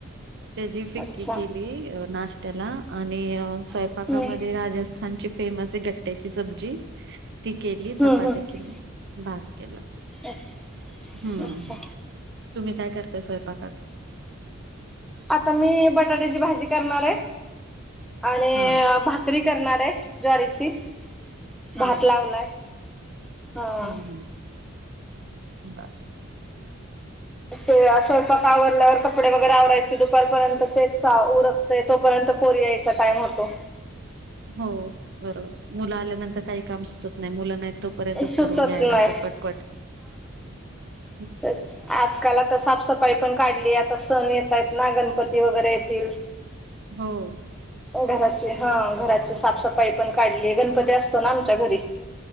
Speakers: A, on the right (about 55°); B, in the centre.
A: त्याची फिक्की
B: अच्छा
A: केली नाश्त्याला. आणि स्वयंपाकामध्ये
B: हम्म
A: राजस्थानची फेमस आहे गट्ट्याची सब्जी. ती केली
B: हम्म
A: चपाती
B: हम्म
A: केली. भात केला
B: अच्छा
A: हम्म
B: अच्छा
A: तुम्ही काय करताय स्वयंपाकात.
B: आता मी बटाट्याची भाजी करणार आहे आणि
A: हा
B: भा करी करणारे ज्वारीची भात
A: हा
B: लावलाय. हा
A: हम्म. हम्म. बर.
B: ते स्वयंपाक आवरल्यावर. कपडे वगैरे आवरायचे दुपारपर्यंत ते उरकते तोपर्यंत पोरी यायचा टाइम होतो.
A: हो बरोबर मुलं आल्यानंतर काही काम सुचत नाही मुलं नाही. तोपर्यंतच
B: सुचत
A: करू घ्यायला
B: नाही
A: लागतात पटपट. हम्म.
B: तरच आजकाल तर साफसफाई पण काढली आता सण येत आहेत ना गणपती वगैरे येतील. हम्म.
A: हो.
B: घराची हा घराची साफसफाई पण काढली गणपती असतो ना आमच्या घरी. <inaudible>